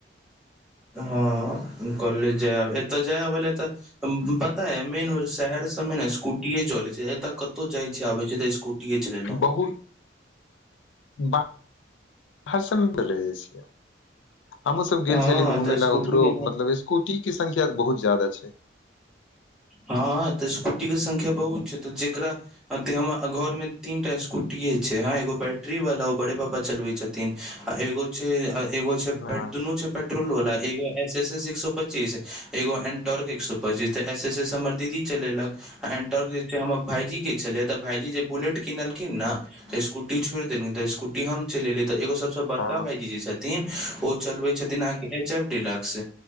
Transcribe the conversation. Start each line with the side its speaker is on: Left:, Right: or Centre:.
Centre: हँ हम कहले जायब एतऽ जाय अबै लए तऽ पता है मेन बे शहर सबमे ने स्कूटीए चलैत छै ए तऽ कतहु जाइ छै आबे छै तऽ कुटिए च
Left: बहुतरषले जा छिय हमहहुँ सब गेल
Centre: हँ
Left: छली घूमेय
Centre: तऽ स्कूटी
Left: लए उधरो
Centre: के
Left: मतलब स्कूटी के संख्या बहुत ज्यदा छै
Centre: हँ तऽ स्कूटी के संख्या बहुत छै तऽ जेकरा अ ते हमरा घर मे तीन टा स्कूटीए छै हं एगो बैटरी वाला ओ बड़े पापा चलबे छथि थिन एगो छै एगो छै प
Left: हँ
Centre: दुनू छै पेट्रोल वला एगो एस एस एस एक सए पच्चीस एगो एन्टर्क एक सए पच्चीसऽ एस एस से हमर दीदी चलेलक एन्टर जे छै हमर भाईजी के छलियै तऽ भाईजी जे बुलेट किनलखिन ने तऽ स्कूटी छोड़ देलखिन त स्कूटी हम चलि एले तऽ एगो सबसँ बड़का
Left: हँ
Centre: भाईजी जे छथि न ओ चलबै छथिन अहाँके एच एफ डिलक्स